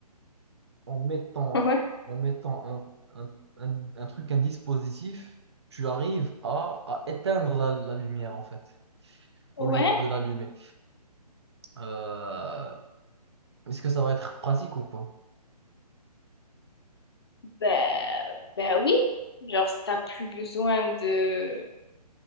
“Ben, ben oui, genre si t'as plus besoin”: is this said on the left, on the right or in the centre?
Left